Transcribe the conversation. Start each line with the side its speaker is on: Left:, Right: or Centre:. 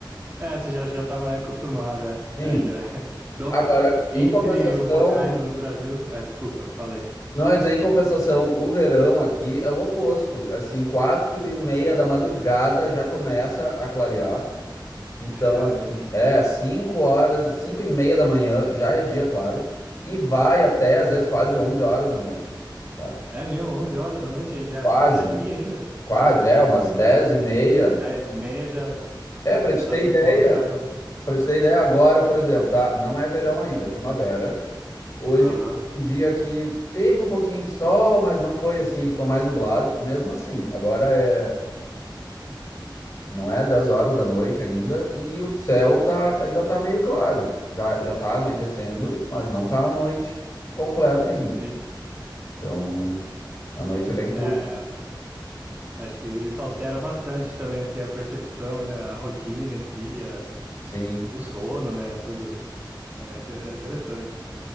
Right: É, você já, já tá mais acostumada.
Left: sim.
Right: É, É, já. <laughs> Dobra...
Left: Agora, em
Right: Entre
Left: compensação,
Right: os locais do Brasil. É, desculpa, falei.
Left: não, eu ia dizer, em compensação, o verão aqui é o oposto. Assim, quatro e meia da madrugada já começa a clarear. Então,
Right: <laughs> Caramba.
Left: assim, é cinco horas, cinco e meia da manhã já é dia, claro, e vai até às vezes quase 11 horas da noite, sabe?
Right: É mesmo, onze horas da noite aí já
Left: Quase,
Right: é dia ainda?
Left: quase,
Right: Quase, é.
Left: é umas dez
Right: Tipo,
Left: e meia.
Right: 10 e meia já
Left: É, pra te
Right: tá
Left: ter
Right: se
Left: ideia,
Right: pondo, caramba.
Left: pra te ter ideia agora, por exemplo, tá? Não é verão ainda, é primavera. Hoje
Right: Aham,
Left: foi um dia que teve um pouquinho de sol, mas não foi assim, ficou mais nublado. Mesmo assim, agora é, não é 10 horas da noite ainda e o céu tá, tá- ainda tá meio claro. Já, já tá anoitecendo, mas não tá a noite completa ainda.
Right: sim.
Left: Então, a noite é bem curta.
Right: É, acho que isso altera bastante também, assim, a percepção, né? A rotina em si, a-
Left: Sim.
Right: o sono, né? Tudo. É, inter- é interessante.